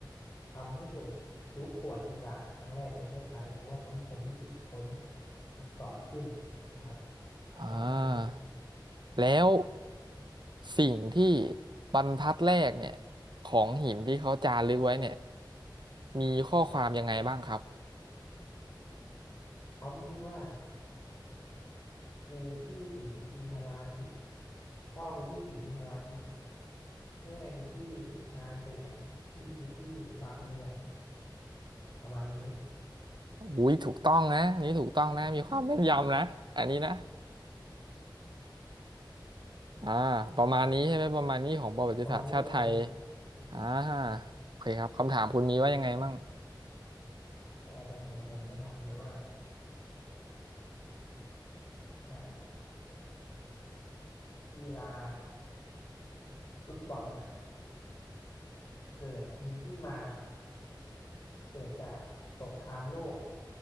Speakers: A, on the left; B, on the right.
A: ทำให้เกิดยุคประวัติศาสตร์ครั้งแรกในประเทศไทยเพราะว่าเขาเป็นคนที่คิดค้นอักษรขึ้นนะครับอักษรไทย
B: อ่าแล้วสิ่งที่บรรทัดแรกเนี่ยของหินที่เขาจารึกไว้เนี่ยมีข้อความยังไงบ้างครับ
A: เขามีชื่อว่าครูชื่อศรีอินทราทิตย์พ่อครูชื่อศรีอินทราทิต แม่กูชื่อนางเสืองพี่กูชื่อบานเมืองประมาณนี้
B: อุ้ยถูกต้องนะอันนี่ถูกต้องนะมีความแม่นยำนะอันนี้นะ
A: <laughs>
B: อ่าประมาณนี้ใช่ไหมประมาณนี้ของประวัติศาสตร์ชาติไทย
A: ประมาณนี้ประมาณนี้
B: อ่าโอเคครับคำถามคุณมีว่ายังไงมั่ง
A: แต่แต่ผมผมจะถามเลยว่าอ่ากีฬาฟุตบอลอ่ะเกิดมีที่มาเกิดจากสงครามโลก